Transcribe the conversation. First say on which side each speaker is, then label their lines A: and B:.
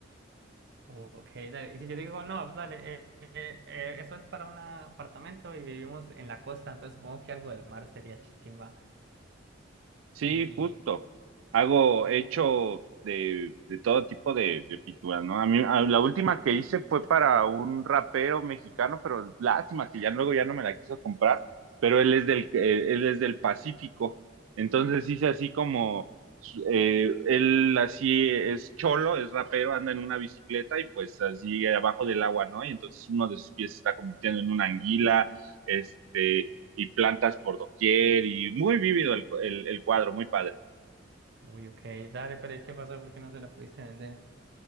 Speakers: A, on the right (about 60°); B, on the right (about 85°).
A: Uh, ok, dale. Y si yo digo, no, dale, eh, eh, eh, eso es para un apartamento y vivimos en la costa, entonces supongo que algo del mar sería chimba.
B: Sí,
A: Y,
B: justo. Hago,
A: eh,
B: he hecho de, de todo tipo de, de pinturas, ¿no? A mí, a- la última que hice fue para un rapero mexicano, pero lástima que ya luego ya no me la quiso comprar, pero él es del, eh, él es del Pacífico. Entonces hice así como, eh, él así es cholo, es rapero, anda en una bicicleta y pues así abajo del agua, ¿no? Y entonces uno de sus pies se está convirtiendo en una anguila, este y plantas por doquier y muy vívido el, el, el cuadro, muy padre.
A: uy, ok, dale, pero ¿y qué pasó? ¿Por qué no se la pudiste vender?